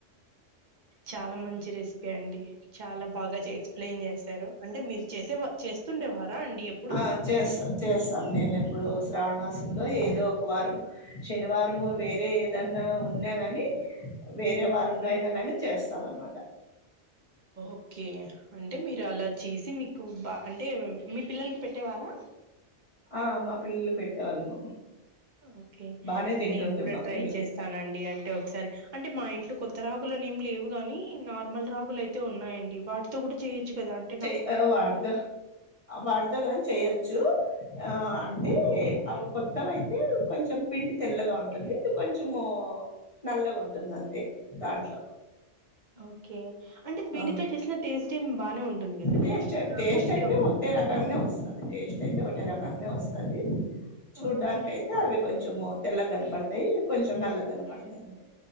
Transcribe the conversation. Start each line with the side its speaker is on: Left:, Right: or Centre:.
Right: చాలా మంచి రెసి పి అండి చాలా బాగా ఎక్స్ప్లెయిన్ చేశారు అంటే మీరు చేసేవార్ చేస్తుండే వార్ రా అండి ఎప్పుడు
Left: ఆ చేస్తా చేస్తాన్ నేను ఎప్పుడు శ్రావణ మాసంలో ఏదో ఒక్ వారము శనివారంము వేరే ఏదన్నా ఉన్ యినా గాని వేరే
Right: హ్మ్.
Left: వారంలో అయినా గాని చేస్తాం అనమాట
Right: ఓకే అంటే మీరు అలా చేసి మీకు బా అంటే మీ పిల్లలకి పెట్టేవారా
Left: ఆ మా పిల్లలకు పెట్టేవాళ్ళము
Right: ఓకే
Left: బానే తింటుండ్రు
Right: నేను కూడా
Left: మా
Right: ట్రై
Left: పిల్లలు
Right: చేస్ స్తానండి అంటే ఒకసారి అంటే మా ఇంట్లో కొత్త రాగులనేమి లేవు గాని నార్మల్ రాగులై తే ఉన్నాయండి వాటితో కూడా చేయొచ్చు కదా అం
Left: చ్ వాటితో ఆ వాటితో కాని చెయ్యొచ్చు ఆ అంటే అవి కొత్తవయితే కొంచెం పిండి తెల్లగా ఉంటుంది ఇది కొంచెము నల్లగా ఉంటుంది అంతే దాంట్లో
Right: ఓకే అంటే వీటితో
Left: ఆ
Right: చేసిన టేస్ట్ ఏం బానే ఉంటుంది కదండి
Left: టేస్ట్
Right: అ
Left: టేస్ట్
Right: ఒకటే
Left: అయితే ఒకటే రకంగానేే వస్తది టేస్ట్ అయితే ఒకటే రకంగానే వస్తది చూడ్డానికైతే
Right: ఆ!
Left: అవి కొంచెము తెల్లగా కనపడుతాయి ఇవి కొంచెం నల్లగ కనపడుతాయి అంతే